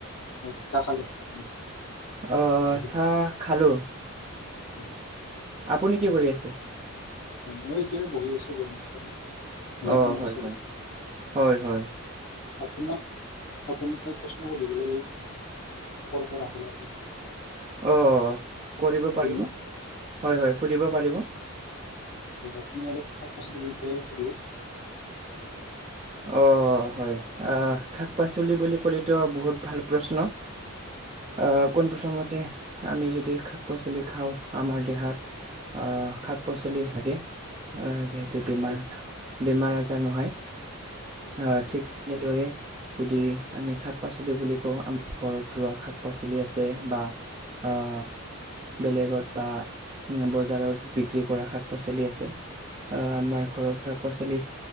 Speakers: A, on the left (about 60°); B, on the right (about 25°).
A: অ চাহ খালে আপুনি
B: অহ
A: গধূলি
B: চাহ খালোঁ। অ
A: অ
B: আপুনি কি কৰি আছে?
A: ময়ো এতিয়া বহি আছো গৰমৰ কাৰণে। লাইনো
B: অ
A: নাই
B: হয়
A: চাগে
B: হয় হয় হয়।
A: আপোনাক আপুনি তাই প্ৰশ্ন সুধিবলৈ কল কৰা হ'ল আৰু?
B: অ কৰিব পাৰিব
A: নে
B: হয়, হয়। সুধিব পাৰিব।
A: আপুনি অলপ শাক পাচলিৰ বিষয়ে সোধো।
B: অ হয়। আহ, শাক পাচলি বুলি কলেতো বহুত ভাল প্ৰশ্ন। অ', পোন প্ৰথমে, আমি য <unintelligible> শাক পাচলি খাওঁ, আমাৰ দেহাত, আহ শাক পাচলি লাগে। অ', যে যদি আমাৰ,
A: অ
B: বেমাৰ আজাৰ নহয়, অ, ঠিক তেনেদৰে। যদি আমি শাক পাচলি বুলি কওঁ আমাৰ ঘৰত ৰোৱা শাক পাচলি আছে বা অ', বেলেগত বা, বজাৰত বিক্ৰী কৰা শাক পাচলি আছে। অ', আমাৰ ঘৰৰ কাপ <unintelligible> অ',